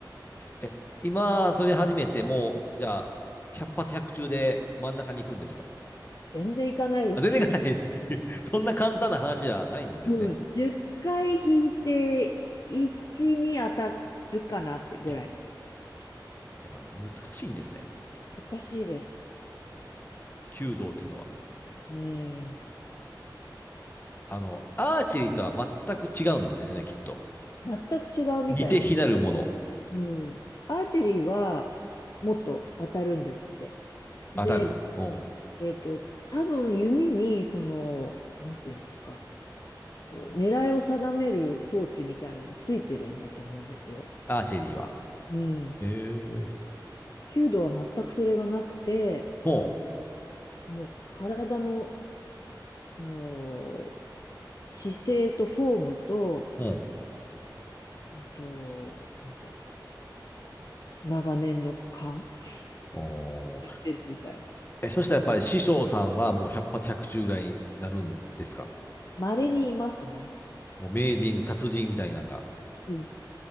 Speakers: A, on the left (about 25°); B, on the left (about 50°).
A: え、今、それ始めて、もう、じゃあ、百発百中で真ん中に行くんですか
B: 全然いかないです。
A: あ全然いかない <laughs> そんな簡単な話じゃないんですね。
B: うん、10回引いて1に当たるかなってぐらい。
A: え、やっぱ難しいんですね。
B: 難しいです。
A: 弓道というのは。
B: うん。
A: あの、アーチェリーとは全く違うんですよね、きっと。
B: 全く違うみたいです。
A: 似て非なるもの、
B: うん。アーチェリーはもっと当たるんですって。で、
A: 当たる。うん。
B: えっと、多分弓に、その、なんていうんですか、こう狙いを定める装置みたいなのがついてるんだと思うんですよ。
A: アーチェリーは。
B: うん。
A: ええ
B: 弓道は全くそれがなくて、
A: うん。
B: もう体のその、姿勢とフォームと、
A: うん。
B: あと、なんだ、長年の勘し
A: おー
B: てるみたいな。
A: え、そしたらやっぱり師匠さんはもう百発百中ぐらいになるんですか
B: 稀にいますね。
A: もう名人、達人みたいなのが。
B: うん。